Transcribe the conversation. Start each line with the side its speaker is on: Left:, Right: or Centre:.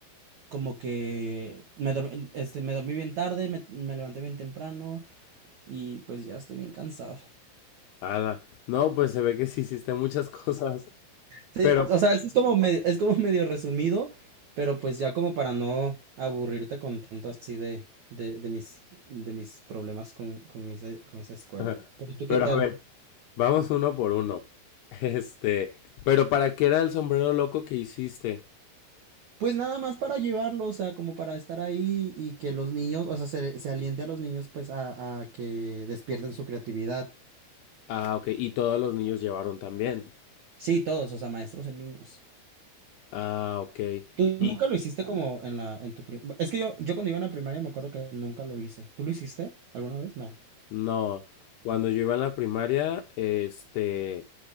Right: como que me dormí, este, me dormí bien tarde, me, me levanté bien temprano y pues ya estoy bien cansado.
Left: Ala, no, pues se ve que sí hiciste muchas cosas,
Right: Sí,
Left: pero,
Right: o sea, eso es como me- es como medio resumido, pero pues ya como para no aburrirte con tanto así de, de, de mis, de mis problemas con, con ese, con esa escuela.
Left: <laughs>
Right: Pero tú,
Left: pero
Right: ¿qué tal?
Left: a ver, vamos uno por uno. Este, pero ¿para qué era el sombrero loco que hiciste?
Right: Pues nada más para llevarlo, o sea, como para estar ahí y que los niños, o sea, se, se aliente a los niños pues a, a que despierten su creatividad.
Left: Ah, ok, y todos los niños llevaron también.
Right: Sí, todos, o sea, maestros y niños.
Left: Ah, ok.
Right: ¿Tú
Left: Y
Right: nunca lo hiciste como en la, en tu prim- Es que yo, yo cuando iba en la primaria me acuerdo que nunca lo hice. ¿Tú lo hiciste alguna vez? No.
Left: no, cuando yo iba a la primaria, este,